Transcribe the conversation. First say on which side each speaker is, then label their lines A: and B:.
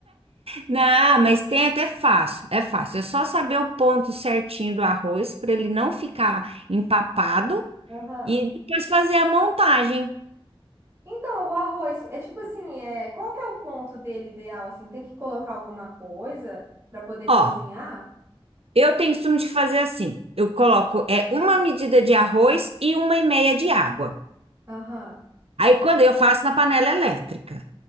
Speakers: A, on the right (about 80°); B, on the right (about 30°).
A: não, mas tem até fácil, é fácil. É só saber o ponto certinho do arroz para ele não ficar empapado
B: Aham.
A: e depois fazer a montagem.
B: Então, o arroz, é tipo assim, é, qual que é o ponto dele ideal, assim? Tem que colocar alguma coisa para poder cozinhar?
A: Ó. Eu tenho costume de fazer assim. Eu coloco é uma medida de arroz e uma e meia de água.
B: Aham,
A: Aí quando eu faço na panela elétrica.